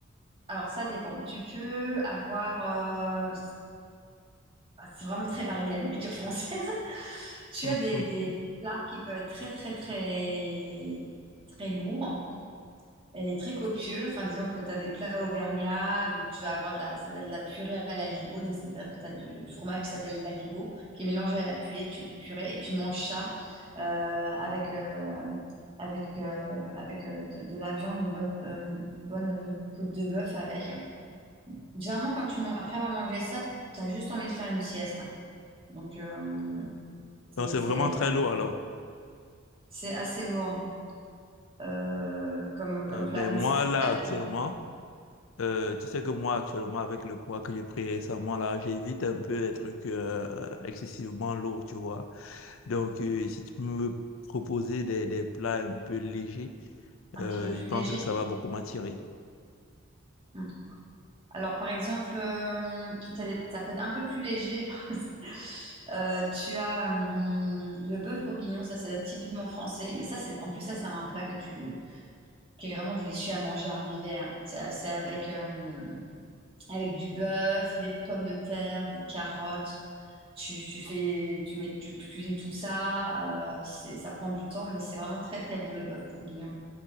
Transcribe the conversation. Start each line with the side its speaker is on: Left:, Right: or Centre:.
Right: alors, ça dépend. Tu peux avoir, euh, c'est vraiment très varié la nourriture française. <laughs> Tu
Left: <laughs>
Right: as des, des plats qui peuvent être très très très très lourds. et très copieux. Enfin, disons que tu as des plats auvergnats, donc tu vas avoir de la, ça va être de la purée à l'aligot. Donc, c'est-à-dire que tu as du, du fromage qui s'appelle l'aligot, qui est mélangé à la purée, tu, purée et tu manges ça euh, avec, euh, avec, euh, avec euh, de, de la viande, une bonne, euh, une bonne euh, côte de bœuf avec. Généralement, quand tu man- après avoir mangé ça, tu as juste envie de faire une sieste. Donc, euh, c'est,
Left: Donc c'est
Right: c'est,
Left: vraiment
Right: euh,
Left: très lourd alors.
Right: c'est assez lourd hein. euh, comme, comme
Left: Euh,
Right: plat,
Left: mais moi,
Right: mais c'est très,
Left: là,
Right: très
Left: actuellement...
Right: bon,
Left: Euh, tu sais que moi, actuellement, avec le poids que j'ai pris récemment, là, j'évite un peu les trucs euh, euh, excessivement lourds, tu vois. Donc, euh, si tu peux me proposer des, des plats un peu légers,
Right: un
Left: euh,
Right: petit peu plus
Left: je pense
Right: léger.
Left: que ça va beaucoup m'attirer.
Right: Hum. Alors, par exemple, euh, t'as des- ça peut être un peu plus léger. <laughs> Euh, tu as hum, le bœuf bourguignon, ça c'est typiquement français. Mais ça, c'est en plus, ça c'est un plat que tu, qui est vraiment délicieux à manger en hiver. C'est c'est avec, hum, avec du bœuf, des pommes de terre, des carottes. Tu, tu fais, tu mets, tu cuisines tout ça. euh, c'est, ça prend du temps, mais c'est vraiment très très bon le bœuf bourguignon.